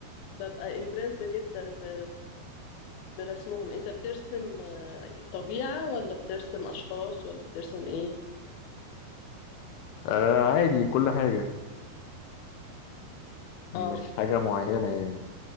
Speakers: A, on the left; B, on the left.
A: ببقى امبرسد جدا ب... برسمهم انت بترسم آه، طبيعه ولا بترسم اشخاص ولا بترسم ايه
B: آه عادي كل حاجة
A: اه
B: مش حاجة معينة يعني